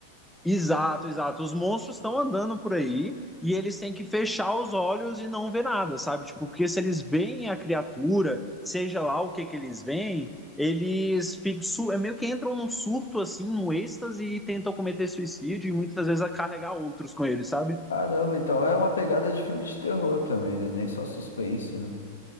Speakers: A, in the centre; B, on the left (about 80°).
A: Exato, exato. Os monstros estão andando por aí e eles têm que fechar os olhos e não ver nada, sabe? Tipo, porque se eles veem a criatura, seja lá o que que eles veem, eles ficam, su- é meio que entram num surto assim, num êxtase e tentam cometer suicídio e muitas vezes a carregar outros com eles, sabe?
B: Caramba, então é uma pegada de filme de terror também, né? Nem só suspense, né?